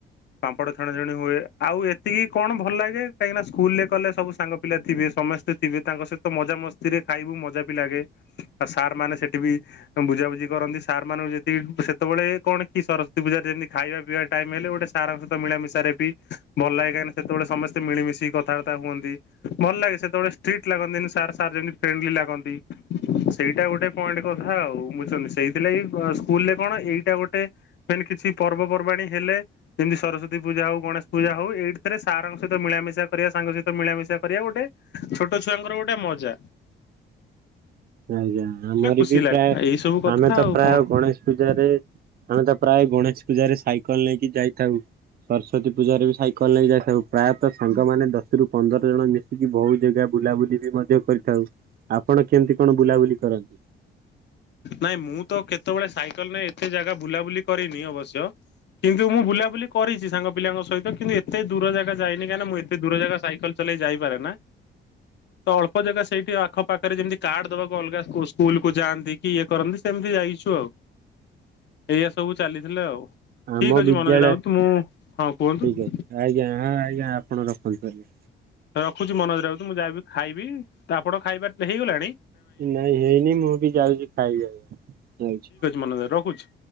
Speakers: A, on the left (about 60°); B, on the right (about 50°).
A: ପାମ୍ପଡ। ଛତା ଛତି ହୁଏ ଆଉ ଏତିକି କଣ ଭଲ ଲାଗେ କାହିଁକିନା ସ୍କୁଲ ରେ କଲେ ସବୁ ସାଙ୍ଗ ପିଲା ଥିବେ ସମସ୍ତେ ଥିବେ ତାଙ୍କ ସହିତ। ତ ମଜା ମସ୍ତି ରେ ଖାଇବୁ ମଜା ବି ଲାଗେ ଆଉ ସାର୍ ମାନେ ସେଠି ବି। ବୁଝାବୁଝି କରନ୍ତି ସାର୍ ମାନଙ୍କୁ ଯତିିକି ସେ ତେବେଳେ କଣ କି ସରସ୍ଵତୀ ପୂଜାରେ ଯେମିତି ଖାଇବା ପିଇବା। ଟାଇମ ହେଲେ ଗୋଟେ ସାରା ଙ୍କ ସହିତ। ତ ମିଳାମିଶାରେ ବି ଭଲ ଲାଗେ କାହିଁକି ନା ସେତେବେଳେ ସମସ୍ତେ ମିଳିମିଶି କଥାବାର୍ତା ହୁଅନ୍ତି। ଭଲ ଲାଗେ ସେତେବେଳେ ଷ୍ଟ୍ରିଟ ଲାଗନ୍ତିନି ସାର୍ ସାର୍ ଯେମତି ଫ୍ରେଣ୍ଡଲି ଲାଗନ୍ତି। ସେଇଟା ଗୋଟେ ପଏଣ୍ଟ କଥା ଆଉ ବୁଝୁଛନ୍ତି ସେଇଥିଲାଗି ସ୍କୁଲରେ କଣ ଏଇଟା ଗୋଟେ। ମେନ କିଛି ପର୍ବପର୍ବାଣୀ ହେଲେ ଯେମିତି ସରସ୍ଵତୀ। ତି ପୂଜା ହଉ ଗଣେଶ ପୂଜା ହଉ ଏଇଠି ଥିରେ ସାରଙ୍କ ସହିତ ମିଳ ମିିଶା କରିବା ସାଙ୍ଗ ସହିତ ମିଳାମିଶା କରିବା ଗୋଟେ। ଛୋଟ ଛୁଆଙ୍କର ଗୋଟେ ମଜା।
B: ଆଜ୍ଞା
A: ଗୋଟେ
B: ଆମର
A: ଖୁସି
B: ବି
A: ଲାଗେ
B: ପ୍ରାୟ
A: ଏଇ ସବୁ କଥା
B: ଆମେ ତ
A: ଆଉ
B: ପ୍ରାୟ
A: କଣ
B: ଗଣେଶ ପୂଜାରେ ଆମେ ତ। ପ୍ରାୟ ଗଣେଶ ପୂଜାରେ ସାଇକେଲ ନେଇକି ଯାଇଥାଉ ସରସ୍ଵତୀ ପୂଜାରେ ବି ସାଇକେଲ ନେଇ ଯାଇ ଥାଉ ପ୍ରାୟତଃ ସାଙ୍ଗମାନେ ଦଶରୁୁ ପନ୍ଦର ଜଣ ମିଶିକି ବହୁ ଜାଗା ବୁଲାବୁଲି ବି ମଧ୍ୟ କରିଥାଉ। ଆପଣ କେମିତି କଣ ବୁଲାବୁଲି କରନ୍ତି।
A: ନାଇଁ ମୁଁ ତ କେତେବେଳେ ସାଇକେଲ ନାହି ଏତେ ଜାଗା ବୁଲାବୁଲି କରିନି ଅବଶ୍ୟ କିନ୍ତୁ ମୁଁ ବୁଲାବୁଲି କରିଛି ସାଙ୍ଗ ପିଲାଙ୍କ ସହିତ କିନ୍ତୁ ଏତେ ଦୂର ଜାଗା ଯାଇନି କାଁହିଁକି ନା ମୁଁ ଏତ ଦୂର ଜାଗା ସାଇକେଲ ଲରେ ଯାଇପାରେ ନା। ତ ଅଳ୍ପ ଜାଗା ସେଇଠି ଆଖପାଖରେ ଯେମିତି କାର୍ଡ ଦବାକୁ ଅଲଗା ଅ ସ୍କୁଲ କୁ ଯାଆନ୍ତି। କି ଇଏ କରନ୍ତି ସେମିତି ଯାଇଛୁ ଆଉ। ଏଇଆ ସବୁ ଚାଲିଥିଲେ ଆଉ
B: ଆମ
A: ଠିକ ଅଛି
B: ବିଦ୍ୟାଳୟ
A: ମନୋଜ ରାଉତ ମୁଁ ହଁ କୁହନ୍ତୁ।
B: ଠିକ ଅଛି ଆଜ୍ଞା ଆଜ୍ଞା ଆପଣ ରଖନ୍ତୁ ଆଜ୍ଞା।
A: ରଖୁଛି ମନୋଜ ରାଉତ ମୁଁ ଯାଇକି ଖାଇବି ତ ଆପଣ ଖାଇବା ହେଇଗଲାଣି।
B: ନାଇଁ ହେଇନି ମୁଁ ବି ଯାଉଛି ଖାଇବାକୁ ଯାଉଛି।
A: ମନଜ୍‌ ରଖୁଛି।